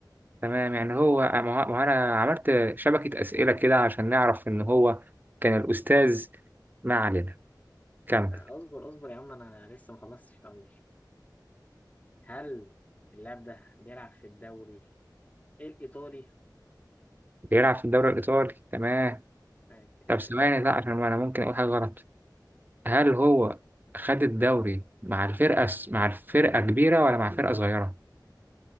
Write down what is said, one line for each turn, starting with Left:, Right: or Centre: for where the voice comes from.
Right: تمام يعني هو ما هو- ما هو انا عملت شبكة اسئلة كده عشان نعرف ان هو كان الاستاذ ما علينا كمل
Left: اصبر اصبر يا عم أنا لسه ما خلصتش طب ماشي هل اللاعب ده بيلعب في الدوري الإيطالي
Right: بيلعب في الدوري الايطالي تمام
Left: ماشي
Right: طب
Left: أه
Right: ثواني لا عشان انا ممكن اقول حاجة غلط هل هو خد الدوري مع الفرقة مع الفرقة كبيرة ولا مع فرقة صغيرة؟